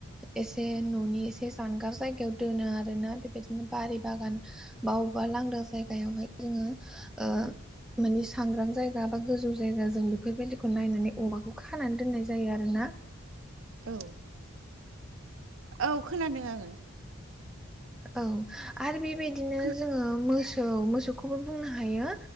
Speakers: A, in the centre; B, on the right.
A: एसे न'नि एसे जानगार जायगायाव दोनो आरोना बेबायदि बिदिनो बारि बागान बा अबेबा लांदां जायगायावहाय जोङो ओ मानि सांग्रां जायगा बा गोजौ जायगा जों बेफोरबायदिखौ नायनानै अमाखौ खानानै दोननाय जायो आरो ना <inaudible>
B: औ औ खोनादों आंङो
A: औ आरो बेबायदिनो
B: खोना
A: जोङो मोसौ मोसौखौबो बुंनो हायो